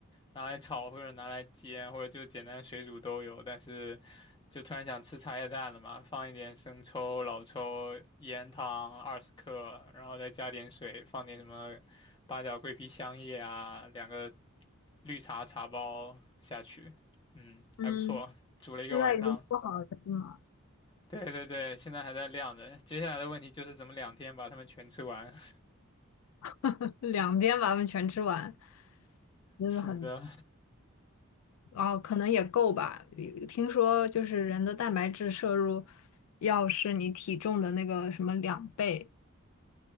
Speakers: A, on the left (about 20°); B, on the left (about 85°).
A: 拿来炒或者拿来煎，或者就简单水煮都有。但是就突然想吃茶叶蛋了嘛，放一点生抽、老抽、盐、糖二十克，然后再加点水，放点什么八角、桂皮、香叶啊，两个绿茶茶包下去，嗯，还不错，
B: 嗯，
A: 煮了一个晚上。
B: 现在已经做好了是吗？
A: 对对对，现在还在晾着。接下来的问题就是怎么两天把它们全吃完。<laughs>
B: <laughs> 两天把它们全吃完。真的很
A: 是的，
B: 哦，可能也够吧。有听说就是人的蛋白质摄入要是你体重的那个什么两倍，